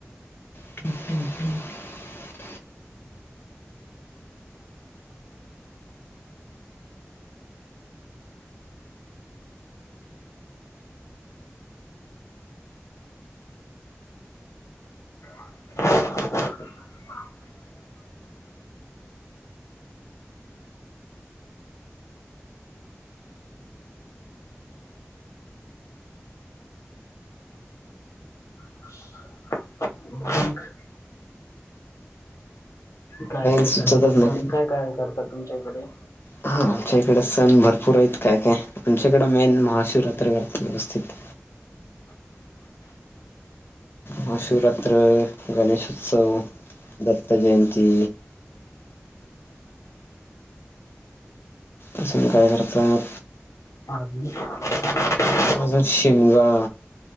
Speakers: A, on the left (about 50°); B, on the left (about 80°).
A: <inaudible>
B: <unintelligible> <unintelligible> काय काय
A: सुचतच
B: सण,
A: नाही
B: सण काय काय करतात तुमच्या इकडे?
A: हा आमच्या इकडं सण भरपूर आहेत काय काय. आमच्याकडं मेन महाशिवरात्री करतात व्यवस्थित. महाशिवरात्र, गणेशोत्सव, दत्तजयंती. अजुन काय करतात?
B: <inaudible>
A: अजून शिमगा.